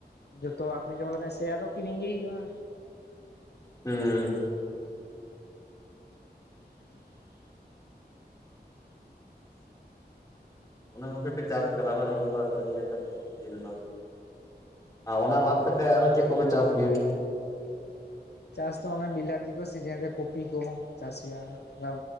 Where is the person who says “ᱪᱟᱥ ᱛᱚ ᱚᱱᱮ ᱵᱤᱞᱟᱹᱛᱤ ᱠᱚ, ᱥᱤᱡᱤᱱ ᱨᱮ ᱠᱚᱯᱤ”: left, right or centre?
Left